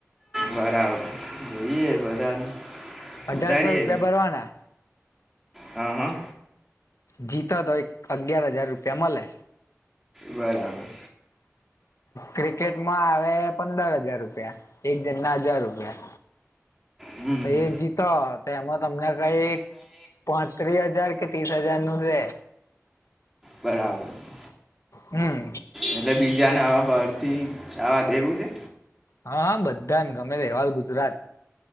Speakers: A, in the centre; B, on the left (about 80°).
A: બરાબર જોઈએ બધાને.
B: અઢારસો
A: ઉતારીએ
B: રૂપિયા ભરવાના.
A: હા હા
B: જીતો તો એક અગિયાર હજાર રૂપિયા મલે.
A: બરાબર
B: ક્રિકેટમાં આવે પંદર હજાર રૂપિયા એક જણ ના હજાર રૂપિયા.
A: હમ
B: તો
A: હમ
B: એ જીતો તો એમાં તમને કઈ પાંત્રીસ હજાર કે ત્રીસ હજાર નું છે.
A: બરાબર છે.
B: હમ
A: એટલે બીજાને આ બાર થી આવા દેવું છે.
B: હા હા બધા ને ગમે ર ઓલ ગુજરાત.